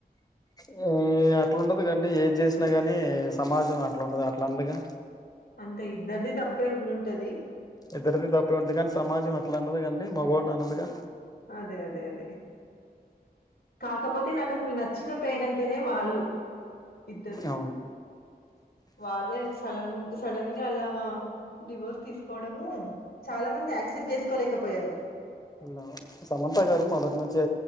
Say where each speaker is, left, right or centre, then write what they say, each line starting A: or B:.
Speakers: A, on the left; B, on the left.
A: మ్ అట్లాండదు కండి ఏది చేసినా గాని సమాజం అట్లాండదు అట్లా అనరుగా
B: అంతే ఇద్దరిది తప్పే ఉండుంటాది
A: ఇద్దరిది తప్పే ఉంది కానీ సమాజం అట్లా అనదకదండీ మొగోని అనదుగా
B: అదే అదే అదే కాకపోతే నా కసలు నచ్చిన పెయిర్ అంటేనే వాళ్ళు ఇద్దరు
A: అవును
B: వాళ్ళే అది సలన్ సడన్ గా అలా డివోర్స్ తీసుకోవడము చాలా మంది అక్సెప్ట్ చేసుకోలేకపోయారు
A: హలో సమంత గారు మొదటి నుంచి